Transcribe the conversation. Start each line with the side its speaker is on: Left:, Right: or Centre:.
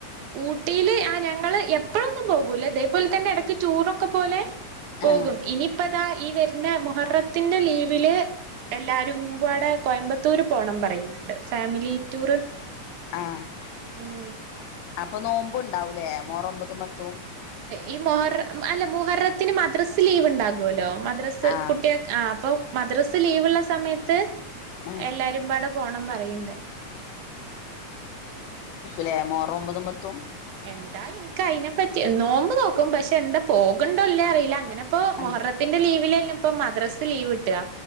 Right: ഊട്ടിയില് ആ ഞങ്ങള് എപ്പഴൊന്നും പോകൂല ഇതേപോലെ തന്നെ ഇടക്ക് ടൂറൊക്കെ പോലെ പോകും
Left: ആഹ്
Right: ഇനിയിപ്പം താ ഈ വരുന്ന മുഹറത്തിന്റെ ലീവില് എല്ലാരുംകൂടെ കോയമ്പത്തൂര് പോണം പറയ്ന്നുണ്ട് ഫാമിലി ടൂർ
Left: ആഹ്
Right: ഉം
Left: അപ്പൊ നോമ്പും ഉണ്ടാവൂലേ മൊഹറം ഒമ്പതും പത്തും
Right: ഈ മൊഹറ അല്ല മൊഹറത്തിന് മദ്രസ് ലീവ് ഒണ്ടാകുല്ലോ മദ്രസ്
Left: ആഹ്
Right: കുട്ടിയ ആ അപ്പൊ മദ്രസ് ലീവുള്ള സമയത്ത്
Left: ആഹ്
Right: എല്ലാരുംപാടെ പോണം പറയണ്ട്
Left: ലേ മോറം ഒമ്പതും പത്തും
Right: എന്താ എനിക്ക് അതിനെപ്പറ്റി നോമ്പ് നോക്കും പക്ഷെ എന്താ പോകണ്ടല്ലേ അറിയില്ല അങ്ങനെ ഇപ്പൊ
Left: ആഹ്
Right: മൊഹറത്തിന്റെ ലീവിലലേം ഇപ്പൊ മദ്രാസ ലീവിട്ടാ